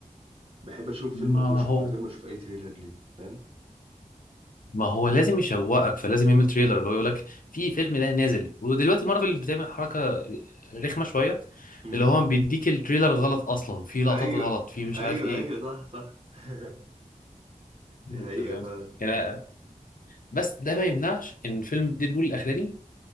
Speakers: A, on the right; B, on the left.
A: بحب اشوف
B: ما
A: فيلم من غير
B: هو
A: من غير ما اشوف اي تريلر ليه فاهم
B: ما هو لازم يشوقك فلازم يعمل تريلر اللي هو يقول لك في فيلم ده نازل ودلوقتي مارفل بتعمل حركه رخمه شويه
A: امم
B: اللي هو بيديك التريلر غلط اصلا في لقطات
A: ايوه
B: غلط في مش
A: ايوه
B: عارف ايه
A: ايوه صح صح <laughs>
B: مم،
A: دي حقيقه
B: تمام
A: فعلا
B: يعني بس ده ما يمنعش ان فيلم ديدبول الاخراني